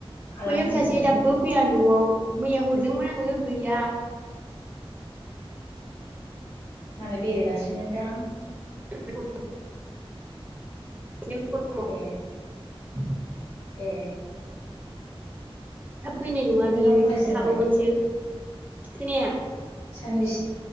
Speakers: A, on the left; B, on the right.
A: खालामनो
B: बैयो फिसासे
A: होन्दोंमोन
B: दाबो फैया न'आव मैया हरदोंमोन आंङो गैया
A: मालाय बेरायगासिनो दां
B: <unintelligible> <unintelligible> <unintelligible> <unintelligible>
A: ए
B: <inaudible>
A: ए
B: थाब फैनाय नंङा
A: ओमफ्राय नोंहा
B: बियो
A: फरायजेनबाय
B: थाबावगोनसो खोनाया
A: सानबेसे